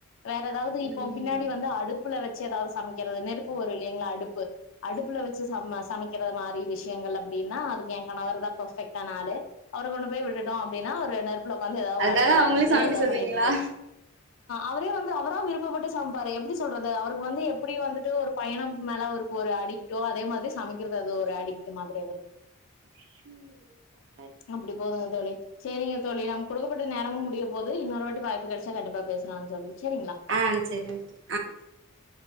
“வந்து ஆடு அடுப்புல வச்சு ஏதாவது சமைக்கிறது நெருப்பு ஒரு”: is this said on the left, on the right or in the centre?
Left